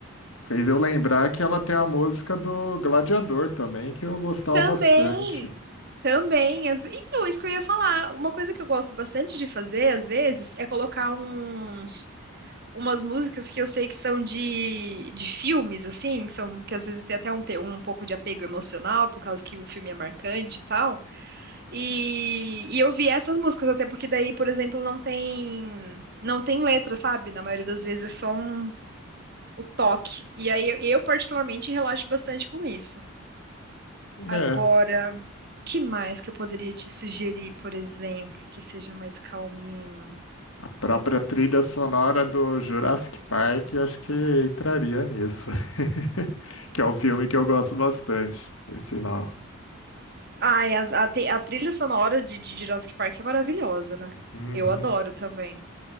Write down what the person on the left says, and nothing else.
Fez eu lembrar que ela tem a música do Gladiador também, que eu gostava
bastante.
É,
a própria trilha sonora do Jurassic Park, acho que entraria nisso. <laughs> Que é um filme que eu gosto bastante, por sinal.
Uhum.